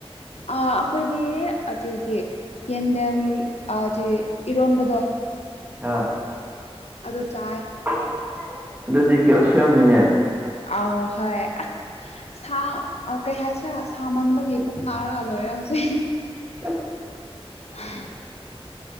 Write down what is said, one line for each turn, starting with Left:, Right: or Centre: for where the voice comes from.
Left: ꯑ ꯑꯩꯈꯣꯏꯗꯤ <unintelligible> ꯌꯦꯟꯗꯦꯝ ꯑꯆꯤ ꯏꯔꯣꯟꯕꯗꯣ
Right: ꯑꯥ
Left: ꯑꯗꯣ ꯆꯥꯏ
Right: <unintelligible> ꯑꯗꯨꯗꯤ ꯀꯦꯜꯁꯤꯌꯝꯅꯤꯅꯦ
Left: ꯑꯥꯎ ꯍꯣꯏ ꯑꯁ ꯁꯥ ꯑ ꯀꯩ ꯍꯥꯏꯁꯤꯔꯥ ꯁꯥ ꯃꯟꯕꯒꯤ ꯄꯨꯛ ꯅꯥꯔꯒ ꯂꯣꯏꯔꯦ ꯍꯧꯖꯤꯛ
Right: <inaudible>
Left: <inaudible>